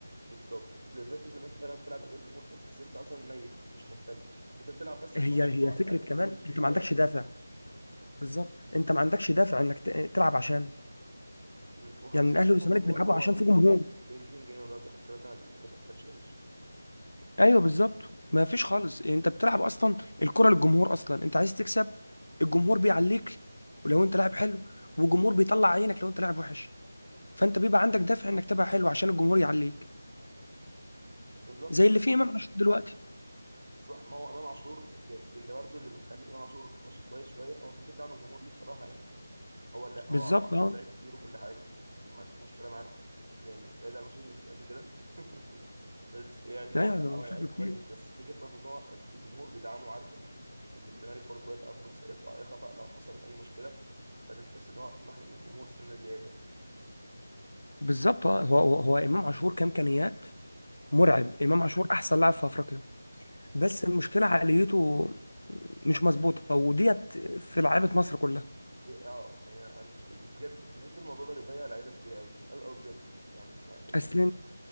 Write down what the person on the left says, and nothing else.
هي
هي
فكره
كمان
انت ما
عندكش
دافع
بالظبط انت ما عندكش دافع انك ت- تلعب عشانه
يعني الاهلي
والزمالك
بيلعبوا
عشان
في جمهور
ايوه بالظبط ما فيش خالص يعني انت بتلعب اصلا الكره للجمهور اصلا انت عايز تكسب الجمهور بيعليك ولو انت لاعب حلو والجمهور بيطلع عينك لو انت لاعب وحش فانت بيبقى عندك دافع انك تبقى حلو عشان الجمهور يعليك
زي اللي
فيه امام عاشور دلوقتي
بالظبط
اه
ايوه
ده مش
شكله كتير
بالظبط اه هو هو هو امام عاشور كامكانيات مرعب امام عاشور احسن لاعب في افريقيا بس المشكله عقليته مش مظبوطه وديت في لعيبه مصر كلها
اصل